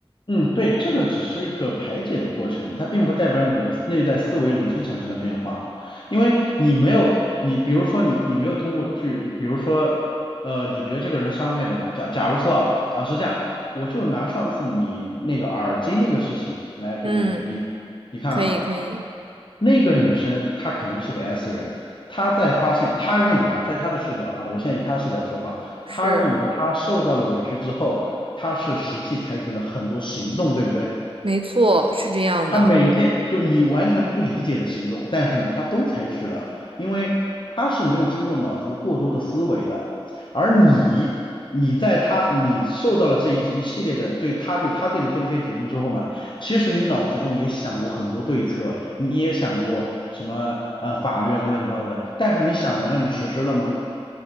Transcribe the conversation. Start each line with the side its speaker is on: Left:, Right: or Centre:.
Left: 嗯，对，这个只是一个排解的过程，它并不代表你的内在思维逻辑产生了变化，因为你没有，你比如说你你没有通过去，比如说，呃，你觉得这个人伤害了你，假假如说啊啊是这样，我就拿上次你那个耳机那个事情来给你举例，
Right: 嗯，
Left: 你看啊。
Right: 可以，可以，
Left: 那个女生她肯定是个 S 人，她在发现，她认为啊，在她的视角啊，我现在以她视角说话，
Right: 是，
Left: 她认为她受到了委屈之后，她是实际采取了很多行动，对不对？
Right: 没错，是这样的。
Left: 他每一件就你完全不理解的行动，但是呢，他都采取了，因为他是没有经过脑子过多的思维的，而你，你在他，你受到了这一一系列的对他就他对你做的这些举动之后嘛，其实你脑子中也想过很多对策，你也想过什么呃法律啊这乱七八糟的，但是你想完了，你实施了吗？